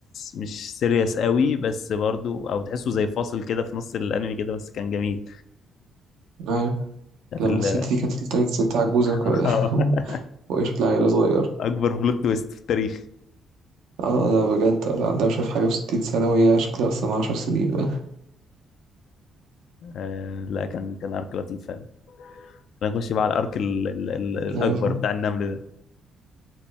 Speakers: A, on the left (about 65°); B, on the right (about 80°).
A: مش سيريس قوي بس برضو او تحسه زي فاصل كده في نص الانمي كده بس كان جميل
B: أيوة
A: بتاعت
B: لما
A: ال...
B: الست دي كانت طلعت ست عجوزة وك...
A: <laughs>
B: <laughs> وهي شكلها عيلة صغيرة
A: اكبر بلوت تويست في التاريخ
B: اه لا بجد لا عندها مش عارف حاجة وستين سنة وهي شكلها أصلا عشر سنين <laughs>
A: آه لا كان كان ارك لطيف فعلا خلينا نخش بقى على الارك ال... ال... ال... الاكبر
B: ايوه فاهم
A: بتاع النمل ده